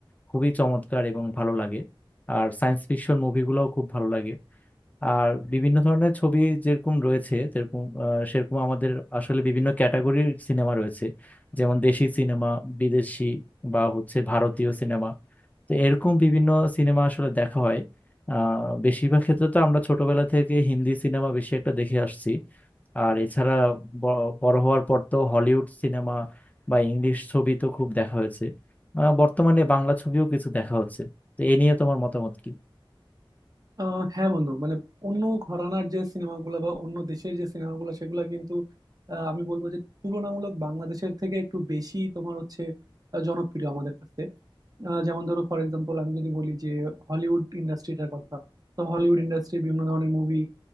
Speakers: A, on the left; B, on the right.
A: খুবই চমৎকার এবং ভালো লাগে আর সায়েন্স ফিকশন মুভিগুলোও খুব ভালো লাগে আর বিভিন্ন ধরনের ছবি যেরকম রয়েছে যেরকম আহ, সেরকম আমাদের আসলে বিভিন্ন ক্যাটাগরির সিনেমা রয়েছে যেমন দেশি সিনেমা বিদেশি বা হচ্ছে ভারতীয় সিনেমা তো এরকম বিভিন্ন সিনেমা আসলে দেখা হয় আহ বেশিরভাগ ক্ষেত্রে তো আমরা ছোটবেলা থেকে হিন্দি সিনেমা বেশি একটা দেখে আসছি আর এছাড়া ব- বড় হওয়ার পর তো হলিউড সিনেমা বা ইংলিশ ছবি তো খুব দেখা হয়েছে আহ, বর্তমানে বাংলা ছবিও কিছু দেখা হচ্ছে তো এ নিয়ে তোমার মতামত কি
B: আহ হ্যাঁ বন্ধু মানে অন্য ঘরানার যে সিনেমাগুলো বা অন্য দেশের যে সিনেমাগুলো সেগুলো কিন্তু আহ, আমি বলবো যে তুলনামূলক বাংলাদেশের থেকে একটু বেশি তোমার হচ্ছে আহ, জনপ্রিয় আমাদের কাছে আহ, যেমন ধরো ফর এক্সাম্পল আমি যদি বলি যে হলিউড ইন্ডাস্ট্রিটার কথা তো হলিউড ইন্ডাস্ট্রির বিভিন্ন ধরনের মুভি